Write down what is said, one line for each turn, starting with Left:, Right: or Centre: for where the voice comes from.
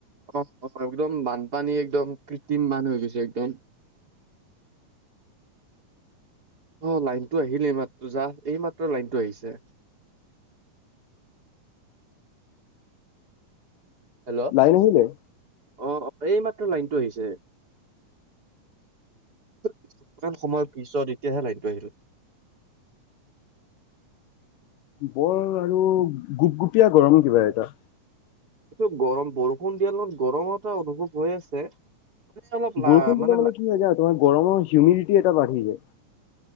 Right: অ', অ', একদম বানপানী একদম কৃত্ৰিম বান হৈ গৈছে একদম। অ', লাইনটো আহিলে এইমাত্ৰ যা। এইমাত্ৰ লাইনটো আহিছে। হেল্ল'!
Left: লাইন আহিলে
Right: অ', অ', এইমাত্ৰ লাইনটো আহিছে। কিমান সময়ৰ পিছত এতিয়াহে লাইনটো আহিল।
Left: বৰ আৰু গুপগুপীয়া গৰম কিবা এটা।
Right: এইটো গৰম বৰষুণ দিয়া লগত গৰম এটা অনুভৱ হৈ আছে। মানে অলপ
Left: বৰষুণ
Right: লা
Left: দিলে
Right: মানে
Left: কি হৈ যায় তোমাৰ গৰমৰ হিউমিডিটি এটা বাঢ়ি যায়।